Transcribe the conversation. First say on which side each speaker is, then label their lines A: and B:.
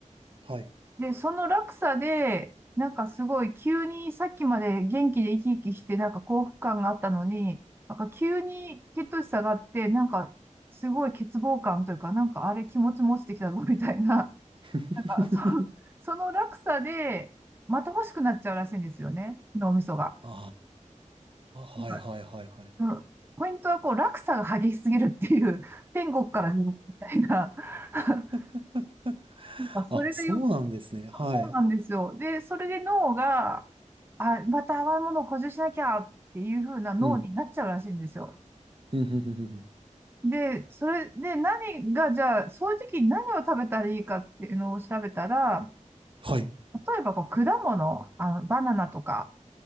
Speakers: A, on the right (about 40°); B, on the right (about 15°).
A: はい。
B: で、その落差で、なんかすごい急にさっきまで元気で生き生きしてなんか幸福感があったのに、なんか急に血糖値下がって、なんかすごい欠乏感というか、なんかあれ気持ちも落ちてきたぞみたいな、
A: <laughs>
B: なんかそ、その落差でまた欲しくなっちゃうらしいんですよね、脳みそが。
A: あ
B: なんか、
A: あ、はい、はい、はい、はい。
B: うんポイントはこう落差が激しすぎるっていう、天国から地獄みたいな、<laughs>
A: <laughs>
B: なんかそれがよ、
A: あ、そうなんですね。
B: そうそうなんですよ。
A: はい。
B: で、それで脳が、あ、また甘いものを補充しなきゃっていう風な脳になっちゃうらしいんですよ。
A: うん。うん、うん、うん、うんうん
B: で、それで何が、じゃあ、そういう時に何を食べたらいいかっていうのを調べたら、
A: はい。
B: 例えばこう果物、あの、バナナとか。